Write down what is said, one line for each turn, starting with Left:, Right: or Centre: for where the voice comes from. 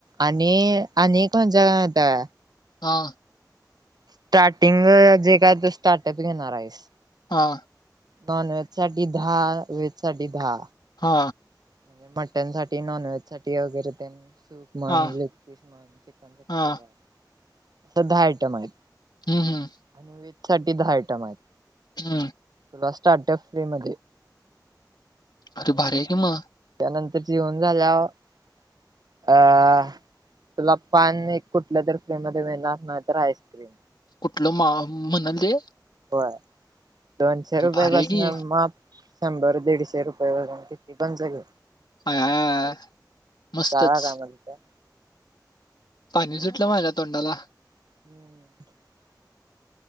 Right: आणि आणि कोण जाता.
Left: हा.
Right: स्टार्टिंग जे काय ते स्टार्टअप घेणार आहेस.
Left: हा.
Right: नॉन वहेज सा दहा वेहेज सा दहा.
Left: हा
Right: म्हणजे मटन साठी नॉनव्हेज साठी वगैरे त्यांनी. सूप म्हन
Left: हा
Right: लेग पीस म्हन चिकन सिक्टी
Left: हा
Right: फाय असं दहा आयटम आहेत.
Left: हम्म हम्म
Right: आणि व्हेज साठी दहा आयटम आहेत.
Left: हा.
Right: तुला स्टार्टअप फ्री म.
Left: अरे भारी आहे किं म.
Right: त्यानंतर जेवन झाल्यावर अ तुला पान कुठल्या तरी फ्री मध्ये मिळणार नाही तर आईस्क्रीम.
Left: कुठलं मा म्हणालले.
Right: होय दोनशे रुपयापासन
Left: भारी आहे की
Right: माप शंभर दीडशे रुपये वून किती पंच घे.
Left: आय आय आय मस्तच
Right: का काम त का.
Left: पाणी सुटलं माझ्या तोंडाला.
Right: <unintelligible>